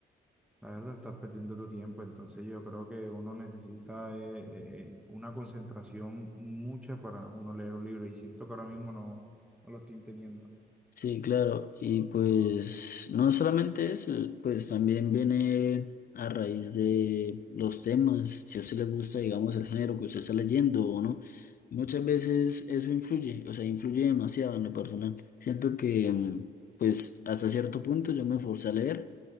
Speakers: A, in the centre; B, on the left.
A: La verdad, estás perdiendo tu tiempo, entonces yo creo que uno necesita eh, eh, una concentración mucha para uno leer un libro y siento que ahora mismo no, no lo estoy teniendo.
B: Sí, claro. Y pues no solamente eso, pues también viene a raíz de los temas, si a usted le gusta, digamos, el género que usted está leyendo o no. Muchas veces eso influye, o sea, influye demasiado en lo personal. Siento que, mm, pues, hasta cierto punto yo me forcé a leer,